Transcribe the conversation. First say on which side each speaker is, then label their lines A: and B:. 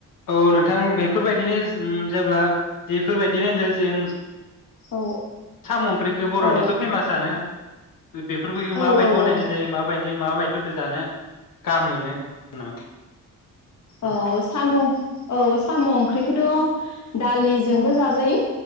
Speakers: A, on the left; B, on the left.
A: औ नोंथां बेफोरबायदिनो ओम जेब्ला बेफोरबायदिनो दा जेन
B: औ
A: साम' ओंख्रिखौ बर'निथ'
B: औ
A: फेमासानो बेफोर बैखौ
B: औ
A: माबायदि
B: औ
A: बनायनाय
B: औ
A: जायो माबायदि दे मा बायदिफोरजो जानो गाहाम मोनो नोंथां
B: औ साम' औ साम' ओंख्रि फुदं' दालिजोंबो जाजायो